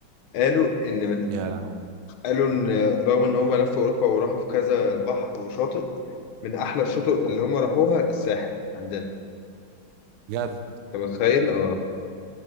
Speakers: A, on the left (about 80°); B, on the right (about 75°).
A: قالوا إن من
B: يا لهوي
A: قالوا إن رغم إن هم لفوا أوروبا وراحوا في كذا بحر وشاطئ من أحلى الشطوط اللي هم راحوها الساحل عندنا
B: بجد
A: أنت متخيل؟ آه